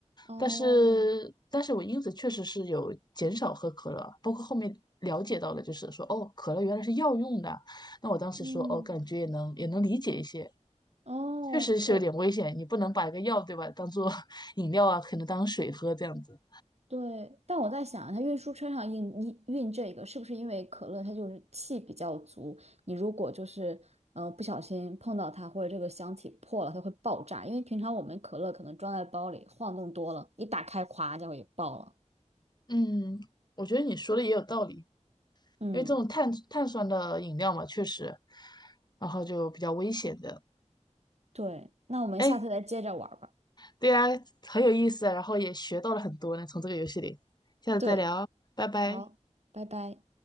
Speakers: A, on the right (about 60°); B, on the left (about 35°).
A: 哦。
B: 但是，但是我因此确实是有减少喝可乐，包括后面了解到的，就是说哦，可乐原来是药用的。那我当时说哦，
A: 嗯
B: 感觉也能也能理解一些，
A: 哦，
B: 确实是有点危险，
A: 我
B: 你不能把一个药对吧当做 <laughs> 饮料啊，可能当水喝这样子。
A: 对，但我在想，它运输车上运运运这个，是不是因为可乐它就是气比较足？你如果就是呃不小心碰到它，或者这个箱体破了，它会爆炸。因为平常我们可乐可能装在包里，晃动多了，一打开，咵，就给爆了。
B: 嗯，我觉得你说的也有道理。
A: 嗯，
B: 因为这种碳碳酸的饮料嘛，确实，然后就比较危险的。
A: 对，那我们下次再接着玩儿吧。
B: 哎，对啊，很有意思啊，然后也学到了很多呢，从这个游戏里。下次再聊，
A: 对，
B: 拜拜。
A: 好，拜拜。